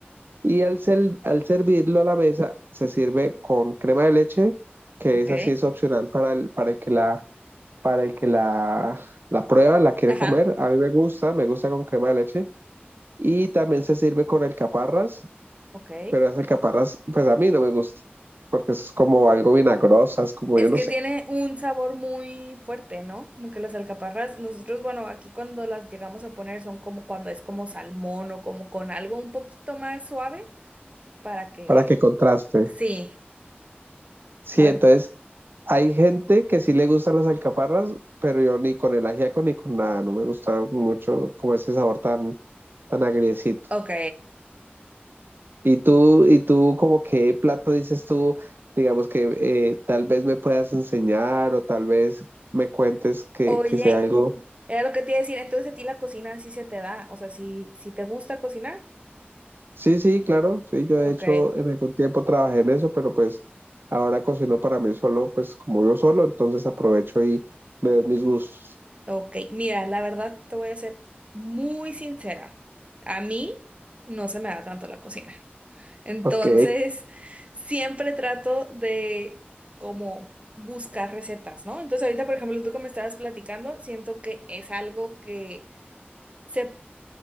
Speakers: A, on the right; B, on the right.
A: Y al, sel- al servirlo a la mesa, se sirve con crema de leche, que
B: Ok.
A: esa sí es opcional para el, para el que la, para el que la, la prueba, la quiere
B: Ajá.
A: comer. A mí me gusta, me gusta con crema de leche. Y también se sirve con alcaparras,
B: Ok.
A: pero las alcaparras, pues a mí no me gusta, porque eso es como algo vinagrosa, es como
B: Es
A: yo no
B: que
A: sé,
B: tiene un sabor muy fuerte, ¿no? Como que las alcaparras, nosotros, bueno, aquí cuando las llegamos a poner son como cuando es como salmón o como con algo un poquito más suave para que...
A: para que contraste.
B: Sí.
A: Sí,
B: Para...
A: entonces hay gente que sí le gustan las alcaparras, pero yo ni con el ajíaco ni con nada, no me gusta mucho como ese sabor tan, tan agriecito.
B: Ok.
A: Y tú, y tú, como qué plato dices tú, digamos que eh, tal vez me puedas enseñar o tal vez me cuentes que,
B: Oye,
A: que sea algo
B: era lo que te iba a decir, entonces a ti la cocina sí se te da, o sea, si si te gusta cocinar.
A: Sí, sí, claro, sí, yo
B: Ok,
A: de hecho en algún tiempo trabajé en eso, pero pues ahora cocino para mí solo, pues como yo solo, entonces aprovecho y me doy mis gustos.
B: ok. Mira, la verdad te voy a ser muy sincera. A mí no se me da tanto la cocina. Entonces,
A: Ok,
B: siempre trato de como buscar recetas, ¿no? Entonces, ahorita, por ejemplo, tú que me estabas platicando, siento que es algo que se